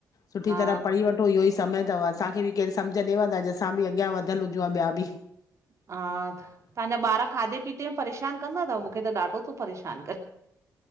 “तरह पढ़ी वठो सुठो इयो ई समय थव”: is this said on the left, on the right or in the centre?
Left